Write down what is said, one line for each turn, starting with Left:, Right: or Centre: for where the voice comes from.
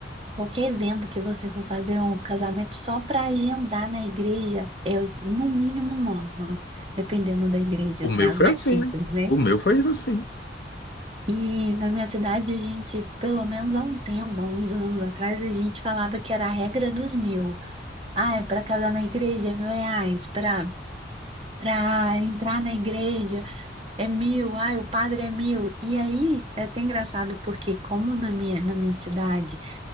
Right: qualquer evento que você for fazer, um casamento só para agendar na igreja, é no mínimo um ano, dependendo da igreja,
Left: O
Right: assim,
Left: meu
Right: as
Left: foi
Right: mais
Left: assim.
Right: simples, né?
Left: O meu foi assim.
Right: E na minha cidade, a gente, pelo menos há um tempo, há uns anos atrás, a gente falava que era a regra dos mil. Ah, é para casar na igreja, mil reais. Para para entrar na igreja é mil, ai, o padre é mil. E aí é até engraçado porque como na minha, na minha cidade